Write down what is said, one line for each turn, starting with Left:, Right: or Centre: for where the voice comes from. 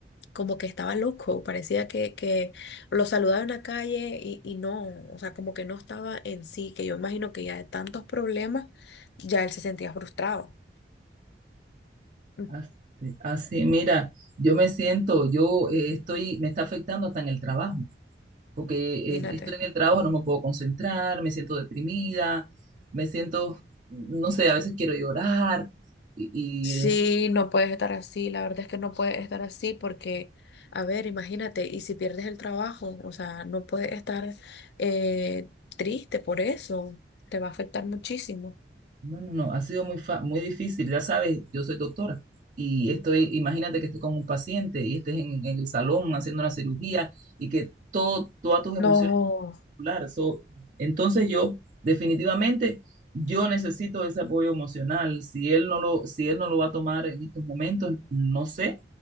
Left: como que estaba loco, parecía que, que lo saludaba en la calle y, y no, o sea, como que no estaba en sí, que yo imagino que ya de tantos problemas, ya él se sentía frustrado. Mm,
Right: Así, así, mira, yo me siento, yo eh, estoy, me está afectando hasta en el trabajo, porque
Left: Imagínate.
Right: eh, estoy en el trabajo, no me puedo concentrar, me siento deprimida, me siento, no sé, a veces quiero llorar, y,
Left: Sí,
Right: y, eh,
Left: no puedes estar así, la verdad es que no puedes estar así porque, a ver, imagínate, y si pierdes el trabajo, o sea, no puedes estar eh, triste por eso, te va a afectar muchísimo.
Right: no, no, no, ha sido muy, fa- muy difícil, ya sabes, yo soy doctora, y estoy, imagínate que estés con un paciente y estés en, en el salón haciendo una cirugía y que todo, todas tus emociones
Left: No,
Right: particular. So, entonces yo, definitivamente, yo necesito ese apoyo emocional. Si él no lo, si él no lo va a tomar en estos momentos, no sé,